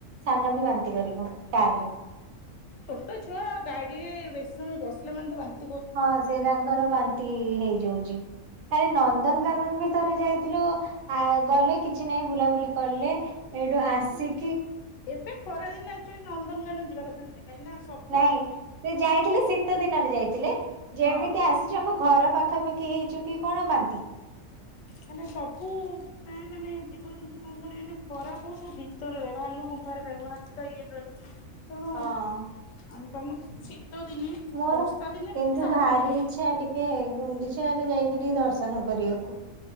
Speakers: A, on the right; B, on the left.
A: ସାନ ବି ବାନ୍ତି କରିବ କାରରେ
B: ଛୋଟ ଛୁଆ ଗାଡି ରେ ବେଶୀ ସମୟ ବସିଲେ ମାନେ ତ ବା
A: ହଁ ସେ ତାଙ୍କର ବାନ୍ତି ହେଇଯାଉଛି। କାଇ ନନ୍ଦନକାନନ ବି ଥରେ ଯାଇଥିଲୁ ଆ ଗଲେ କିଛି ନାହିଁ ବୁଲାବୁଲି କଲେ ଏଇଠୁ ଆସି
B: ଏବେ ଖରାଦିନ ଆକଚୁଅଲି ନନ୍ଦନକାନନ ଯିବା କଥା ନୁହେ କାହିଁକି ନା ସବ
A: ନାଇଁ ସେ ଯାଇଥିଲେ ଶୀତ ଦିନରେ ଯାଇଥିଲେ ଯେମିତି
B: ହଁ
A: ଆସିଛୁ ଆମ ଘର ପାଖାପାଖି ହେଇଛୁ କି କଣ ବାନ୍ତି।
B: ମାନେ ସବୁ ପ୍ରାଣୀ ମାନେ ଜୀବଜନ୍ତୁ କଣ କରିବେ ନେ ଖରା କୁ ସବୁ ଭିତରେ ରହିବେ ଭାଲୁ ଗୁମ୍ଫାରେ ରହିବ ହାତୀ ତା ଇଏରେ ରହିବ। ତେଣୁ
A: ହଁ।
B: ଆମ ତମ <inaudible> ଶୀତ ଦିନେ
A: ମୋର
B: ବର୍ଷା ଦିନେ
A: କିନ୍ତୁ
B: ବି ଏତେ ବାହାରନ୍ତିନି
A: ଭାରି ଇଚ୍ଛା ଟିକେ ଗୁଣ୍ଡିଚା ଆଡେ ଯାଇକି ଟିକେ ଦର୍ଶନ କରିବାକୁ